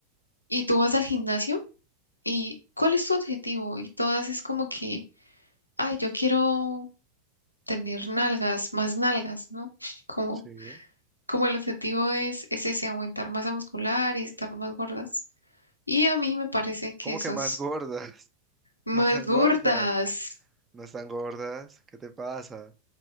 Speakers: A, on the left; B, on the right.
A: y tú vas al gimnasio y ¿cuál es tu objetivo? Y todas es como que, ay, yo quiero tener nalgas, más nalgas, ¿no? <laughs> Como
B: sí.
A: como el objetivo es, es ese, aumentar masa muscular y estar más gordas. Y a mí me parece que
B: ¿Cómo
A: esas
B: que más gordas? <laughs>
A: más
B: No están
A: gordas,
B: gordas, no están gordas. ¿Qué te pasa?